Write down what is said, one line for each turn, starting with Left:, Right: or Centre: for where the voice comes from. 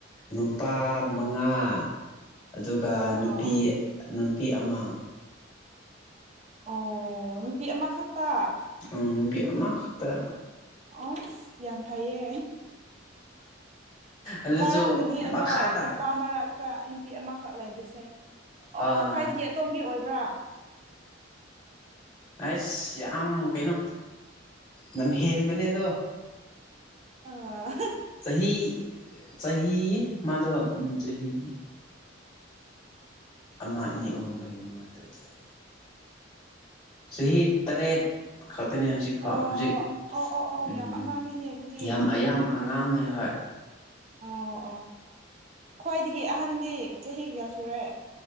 Left: ꯅꯨꯄꯥ
Right: ꯑꯥ
Left: ꯃꯉꯥ ꯑꯗꯨꯒ
Right: ꯑꯥ
Left: ꯅꯨꯄꯤ ꯅꯨꯄꯤ ꯑꯃ
Right: ꯑꯣ ꯅꯨꯄꯤ ꯑꯃꯈꯛꯇ
Left: ꯎꯝ ꯅꯨꯄꯤ ꯑꯃ ꯈꯛꯇ
Right: ꯑꯁ ꯌꯥꯝ ꯐꯩꯌꯦ
Left: ꯑꯗꯨꯁꯨ
Right: ꯋꯥꯔꯝꯒꯅꯤ ꯑꯗꯣ
Left: ꯃꯈꯥꯗ
Right: ꯅꯨꯄꯥ ꯃꯔꯛꯇ ꯅꯨꯄꯤ ꯑꯃꯈꯛ ꯂꯩꯕꯁꯦ ꯑꯣ
Left: ꯑꯥ
Right: ꯈ꯭ꯋꯥꯏꯗꯒꯤ ꯑꯇꯣꯝꯕꯤ ꯑꯣꯏꯕ꯭ꯔꯥ
Left: ꯑꯩꯁ ꯌꯥꯝ ꯀꯩꯅꯣ ꯂꯝꯍꯦꯟꯕꯅꯦꯗꯣ
Right: ꯑꯥ
Left: ꯆꯍꯤ ꯆꯍꯤ ꯃꯥꯗꯣ ꯎꯝ ꯆꯍꯤ ꯑꯃ ꯑꯅꯤ ꯑꯍꯨꯝ ꯃꯔꯤ ꯃꯉꯥ ꯇꯔꯨꯛ ꯇꯔꯦꯠ ꯆꯍꯤ ꯇꯔꯦꯠ ꯈꯛꯇꯅꯦ ꯍꯧꯖꯤꯛꯐꯥꯎ
Right: ꯑꯣ
Left: ꯍꯧꯖꯤꯛ
Right: ꯑꯣ ꯑꯣ ꯑꯣ
Left: ꯎꯝ
Right: ꯌꯥꯝ ꯑꯉꯥꯡꯅꯤꯅꯦ ꯑꯗꯨꯗꯤ
Left: ꯌꯥꯝ ꯑꯌꯥꯝ ꯑꯉꯥꯡꯅꯦ ꯍꯣꯏ
Right: ꯑꯣ ꯑꯣ ꯈ꯭ꯋꯥꯏꯗꯒꯤ ꯑꯍꯟꯗꯤ ꯆꯍꯤ ꯀꯌꯥ ꯁꯨꯔꯦ